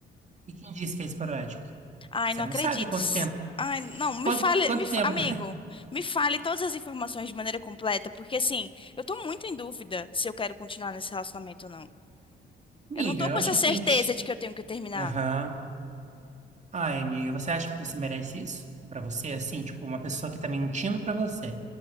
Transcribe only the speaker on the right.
E quem disse que é esporádico?
Você
não sabe quanto
tempo.
Quanto,
quanto
tempo?
<laughs>
Amiga,
eu
acho
que
você tem que.
Aham. Ai, amiga, você acha que você merece isso? Pra você, assim, tipo, uma pessoa que tá mentindo pra você.